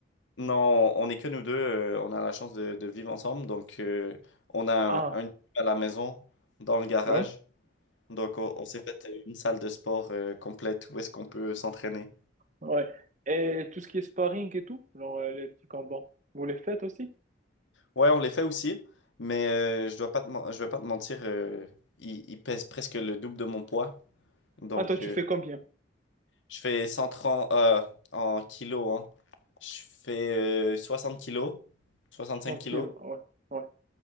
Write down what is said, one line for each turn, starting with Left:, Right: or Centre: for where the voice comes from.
Left: Non, on est que nous deux, euh, on a la chance de, de vivre ensemble, donc euh, on a
Right: Ah,
Left: un, un à la maison, dans le garage,
Right: ouais,
Left: donc on, on s'est fait une salle de sport euh, complète où est-ce qu'on peut s'entraîner.
Right: ouais. Et tout ce qui est sparring et tout, genre euh, les petits combats, vous les faites aussi?
Left: Ouais, on les fait aussi, mais euh, je dois pas te men- je vais pas te mentir, euh, ils, ils pèsent presque le double de mon poids, donc
Right: Ah, toi, tu
Left: euh,
Right: fais combien?
Left: Je fais 130 euh, en kilos. hein. Je fais euh, 60 kilos, cinq
Right: 30
Left: kilos.
Right: kilos, ah ouais, ouais,